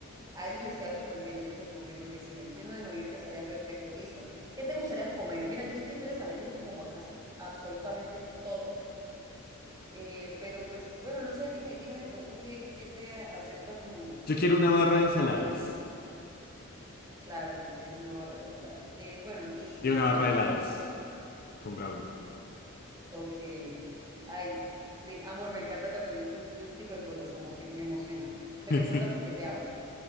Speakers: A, on the right (about 15°); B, on the left (about 40°).
A: A ellos les queda súper bien, ellos me confirman que sí, 21 de noviembre estaría perfecto, listo. ¿Qué te gustaría comer? Mira, yo sé que tú eres alérgico como a casi absolutamente todo, eh, pero pues bueno, no sé, dime, dime de pronto qué, qué te acepta tu,
B: Yo
A: tu-
B: quiero una barra de ensaladas
A: Claro que quieres una barra de ensaladas. Eh, bueno, y,
B: y una barra
A: y,
B: de helados con brownie.
A: ok. Ay, ve- amor, me encanta cuando dices, dices ese tipo de cosas, como que me emociona, me
B: <laughs>
A: recuerda porque te amo.